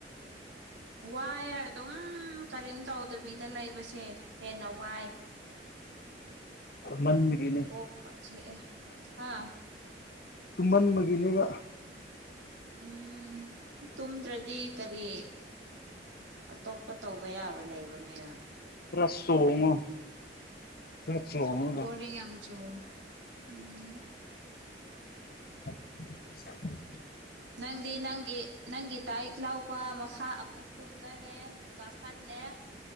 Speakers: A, on the right; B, on the left.
A: ꯋꯥꯏ ꯍꯥꯏꯗ ꯀꯔꯤꯝ ꯇꯧꯗꯕꯤꯗ ꯂꯩꯕꯁꯦ ꯍꯦꯟꯅ ꯋꯥꯏ
B: ꯃꯟꯕꯒꯤꯅꯤ
A: ꯑꯣꯀꯁ ꯍꯥꯥ
B: ꯇꯨꯃꯟ ꯃꯒꯤꯅꯦꯒ
A: ꯎꯝ ꯇꯨꯝꯗ꯭ꯔꯗꯤ ꯀꯔꯤ ꯑꯇꯣꯞꯄ ꯇꯧꯕ ꯌꯥꯕ ꯂꯩꯕꯅꯦ
B: ꯐꯔ ꯁꯣꯉ ꯐꯔ ꯆꯣꯅ
A: ꯕꯣꯔꯤꯡ ꯌꯥꯝ ꯆꯨꯋꯦ ꯎꯝ
B: <unintelligible>
A: ꯅꯪꯗꯦ ꯅꯪꯦ ꯅꯪꯒꯤ ꯗꯥꯏꯛ ꯂꯥꯎꯕ ꯃꯈꯥ ꯑꯃꯨꯛ ꯀꯨꯝꯊꯔꯦ ꯀꯥꯈꯠꯂꯦ